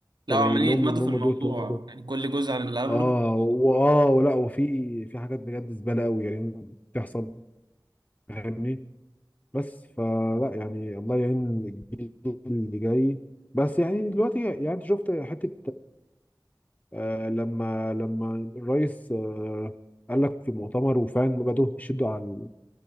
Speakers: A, on the right; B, on the left.
A: لو
B: تبين
A: عمالين
B: لهم
A: يتمادوا
B: ان هم
A: في الموضوع
B: دوت هم دوت
A: يعني كل جزء عن اللي قبله
B: اه واه ولا وفي في حاجات بجد زباله قوي يعني بتحصل فاهمني بس فلا يعني الله يعين الجيل اللي جاي بس يعني دلوقتي يعني انت شفت حته آه، لما لما الرئيس آه، قال لك في مؤتمر وفعلا بدأوا يشدوا على